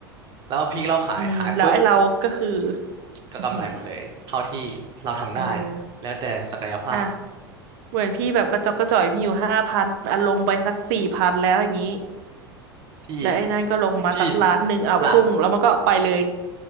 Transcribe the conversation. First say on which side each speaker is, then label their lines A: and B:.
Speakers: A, on the right; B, on the right.
A: แล้วพริกเราขายขายปุ๊บ
B: อืมแล้วไอ้เราก็คือ
A: ก็กำไรหมดเลยเท่าที่เราทำได้
B: อือหือเออ
A: แล้วแต่ศักยภาพ
B: อ่ะเหมือนพี่แบบกระจอกกระจ่อยมีอยู่ห้าพันอ่ะลงไปสักสี่พันแล้วอย่างนี้
A: พี่
B: แล้วไอ้นั่นก็ลงมาสักล้านหนึ่งอ่ะพุ่งแล้วมันก็ไปเลย
A: พี่หลัก